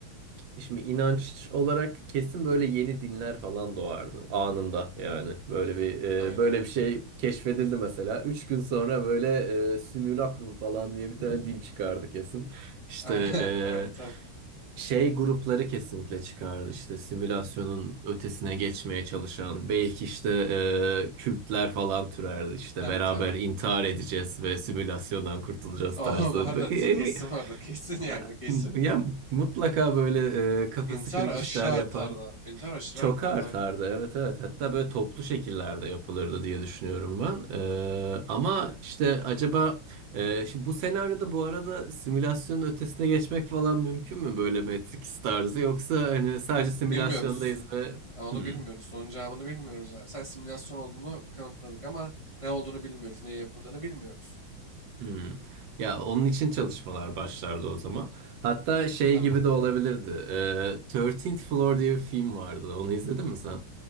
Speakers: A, on the right (about 70°); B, on the left (about 35°).
A: e, şimdi inanç olarak kesin böyle yeni dinler falan doğardı anında yani. Böyle bir e,
B: Aynen.
A: böyle bir şey keşfedildi mesela. Üç gün sonra böyle e, simülakrum falan diye bir
B: <laughs>
A: tane din çıkardı kesin. İşte
B: Aynen.
A: e,
B: Aynen. Tabii.
A: Şey grupları kesinlikle çıkardı işte simülasyonun ötesine geçmeye çalışan belki işte e, kültler falan türerdi işte
B: Tabii
A: beraber
B: tabii.
A: intihar edeceğiz ve simülasyondan kurtulacağız
B: Aa
A: tarzı.
B: bu arada
A: Böyle,
B: t- kesin
A: e, mi-
B: vardı. Kesin yani
A: ya,
B: kesin.
A: ya mutlaka böyle e, kafası
B: İntihar
A: kırık
B: aşırı
A: işler
B: artardı.
A: yapan.
B: İntihar aşırı
A: Çok
B: artardı
A: artardı
B: aynen.
A: evet evet hatta böyle toplu şekillerde yapılırdı diye düşünüyorum ben Ee, ama işte acaba e, şimdi bu senaryoda bu arada simülasyonun ötesine geçmek falan mümkün mü böyle Matrix tarzı yoksa hani sadece simülasyondayız
B: Bilmiyoruz.
A: ve
B: Ha, onu
A: hmm,
B: bilmiyoruz. Onun cevabını bilmiyoruz. abi. Sen simülasyon olduğunu kanıtladık ama ne olduğunu bilmiyoruz. Neye yapıldığını bilmiyoruz.
A: hmm. Ya onun için çalışmalar başlardı o zaman hatta şey
B: Tamam.
A: gibi de olabilirdi ee, 13th Floor diye bir film vardı onu izledin mi sen?